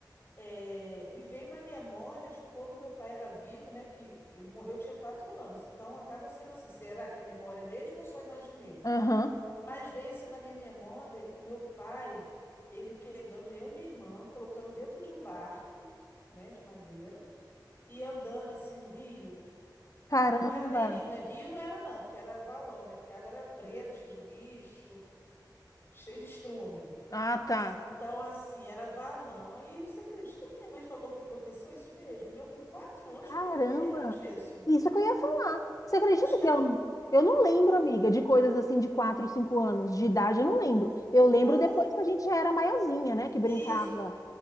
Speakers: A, on the left; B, on the left.
A: É, me veio na memória de quando meu pai era vivo, né? Que ele morreu, eu tinha quatro anos. Então acaba sendo assim, será que é memória mesmo ou só imaginei?
B: Aham.
A: Mas veio assim na minha memória o meu pai, ele pegando eu e minha irmã, colocando dentro de um barco, né, de madeira, e andando assim no rio,
B: Caramba.
A: que não era nem rio, não é rio, não era não, porque era valão, né, porque a água era preta, cheia de lixo, cheia de estrume.
B: Ah, tá.
A: Então, assim, era valão. Aí você acredita que minha mãe falou que aconteceu isso mesmo? E eu com quatro anos,
B: Caramba.
A: como é que eu me lembro disso?
B: Isso que eu ia falar. Você acredita
A: Acho que
B: que
A: é algo.
B: eu, eu não lembro,
A: Ah,
B: amiga, de coisas assim de 4, 5 anos de idade, eu não lembro. Eu lembro
A: não,
B: depois que a gente já era maiorzinha, né, que brincava.
A: isso.